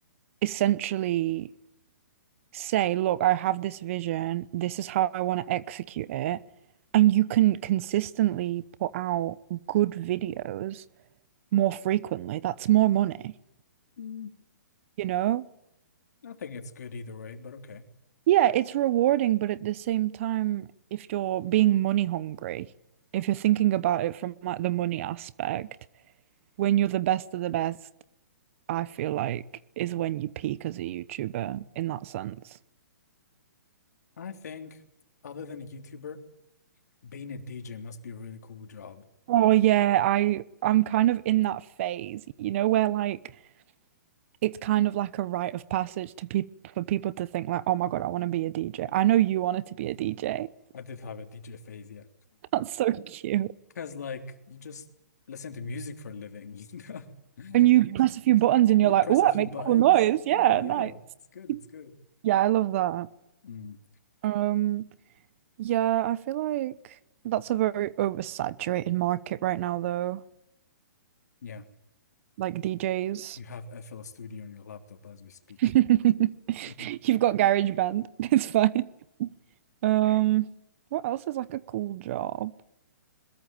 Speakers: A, on the right; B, on the left.
A: essentially say, look, I have this vision, this is how I want to execute it. And you can consistently put out good videos more frequently. That's more money,
B: Mm,
A: you know?
B: I think it's good either way, but okay.
A: Yeah, it's rewarding, but at the same time, if you're being money hungry, if you're thinking about it from like the money aspect, when you're the best of the best, I feel like is when you peak as a YouTuber in that sense.
B: I think other than a YouTuber, being a DJ must be a really cool job.
A: Oh yeah, I I'm kind of in that phase, you know, where like it's kind of like a rite of passage to people for people to think like, oh my God, I want to be a DJ. I know you wanted to be a DJ.
B: I did have a DJ phase, yeah.
A: <laughs> That's so cute.
B: Because like you just listen to music for a living, <laughs> you know? You
A: And you
B: just,
A: press a few buttons and
B: you
A: you're like,
B: press
A: oh,
B: a
A: I
B: few
A: make
B: buttons
A: a cool noise. Yeah,
B: and yeah,
A: nice.
B: it's good, it's good.
A: Yeah, I love that.
B: Mm,
A: Um, yeah, I feel like that's a very oversaturated market right now though,
B: yeah,
A: like DJs.
B: you have FL Studio on your laptop as we speak.
A: <laughs> You've
B: <laughs>
A: got GarageBand. <laughs> It's fine. Um, what else is like a cool job?